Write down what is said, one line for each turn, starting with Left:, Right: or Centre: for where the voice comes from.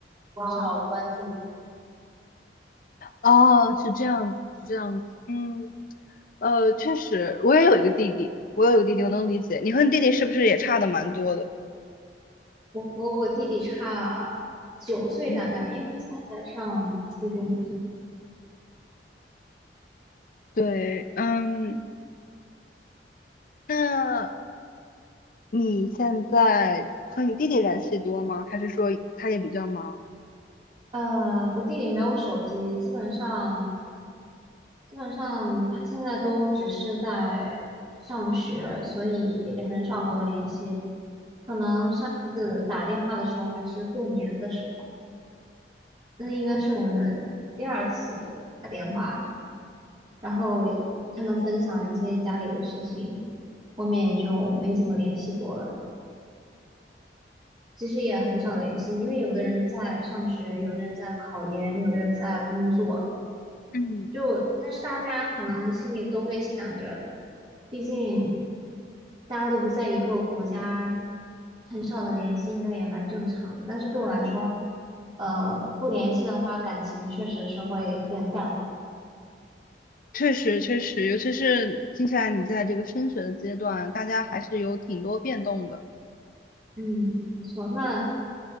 Right: 很少关注。
Left: 哦，是这样子，是这样子，嗯。呃，确实，我也有一个弟弟，我有一个弟弟，我能理解。你和你弟弟是不是也差的蛮多的？
Right: 我和我弟弟差九岁大概，
Left: 嗯，
Right: 因为他现在在上初中。对，
Left: 对，嗯，那你现在和你弟弟联系多吗？还是说他也比较忙？
Right: 呃，我弟弟没有手机，基本上基本上他现在都只是在上学，所以也很少和我联系。可能上一次打电话的时候还是过年的时候，那应该是我们第二次打电话，然后他们分享一些家里的事情，后面就没怎么联系过了。其实也很少联系，因为有的人在上学，有的人在考研，有的人在工作，
Left: 嗯，
Right: 就但是大家可能心里都会想着，毕竟大家都不在一个国家，很少的联系应该也蛮正常的。但是对我来说，呃，不联系的话，感情确实是会变淡。
Left: 确实，确实，尤其是听起来你在这个升学的阶段，大家还是有挺多变动的。
Right: 嗯，没错。那